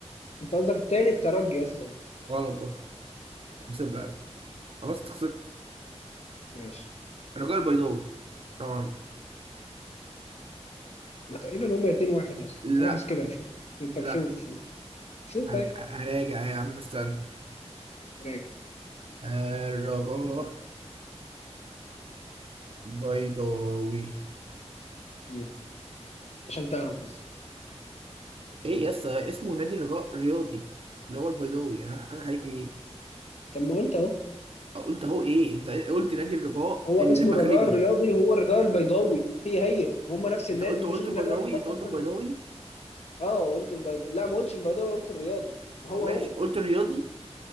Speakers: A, on the left; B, on the right.
A: انت قصدك التاني الترجي اصلا
B: غلط برضه نسيب لعب خلاص أنت خسرت
A: ماشي
B: الرجاء البيضاوي طبعا
A: ما تقريبا هما اتنين واحد اصلا
B: لا
A: أنا بحث كده شوف طب
B: لا
A: شوف شوف شوف
B: هر-
A: طيب
B: هراجع يا عم استنى
A: راجع
B: الرجاء
A: انت-
B: البيضاوي
A: مم. عشان تعرف بس
B: ايه يا اسطى اسمه نادي الرجاء الرياضي اللي هو البيضاوي انا انا خليك ايه
A: طب ما قلت اهو
B: قلت اهو ايه انت قلت نادي الرجاء
A: هو
B: المغربي
A: اسمه الرجاء الرياضي هو الرجاء البيضاوي هي هي وهم نفس
B: انت
A: النادي
B: قلت
A: ما
B: قلت
A: فيش غير
B: البيضاوي
A: نادي واحد بس
B: انت قلت
A: اصلا
B: البيضاوي
A: اه قلت البيضاوي لا ما قلتش البيضاوي قلت الرياضي ما هو
B: ماشي
A: هو
B: قلت الرياضي